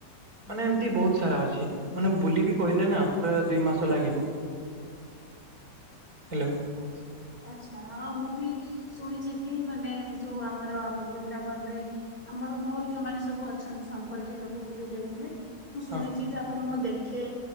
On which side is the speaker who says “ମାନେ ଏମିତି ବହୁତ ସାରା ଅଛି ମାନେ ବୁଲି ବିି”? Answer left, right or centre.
Right